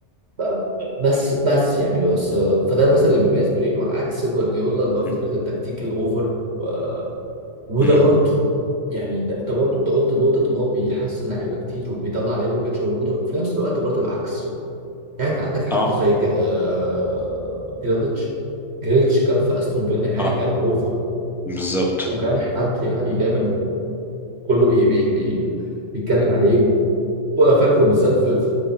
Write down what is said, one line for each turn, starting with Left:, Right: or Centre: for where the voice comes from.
Right: ب- بس بس يعني بس فده مثلا اللي بيميز برينو على عكس جوارديولا ان هو
Centre: مم.
Right: فكره التكتيك الاوفر و... وده
Centre: مم.
Right: برضو يعني ده, ده برضو انت قلت نقطه ان هو بيحسن لعيبه كتير وبيطلع لعيبه ما كانتش موجوده وفي نفس الوقت برضو العكس يعني انت عندك حد
Centre: اه
Right: زي ج- آه، جريليتش جريليتش كان في استون فيلا يعني
Centre: اه
Right: كان اوفر
Centre: بالظبط
Right: وكان حد يعني دايما كله بي بي بي بيتكلم عليه وفاكره بالذات في في,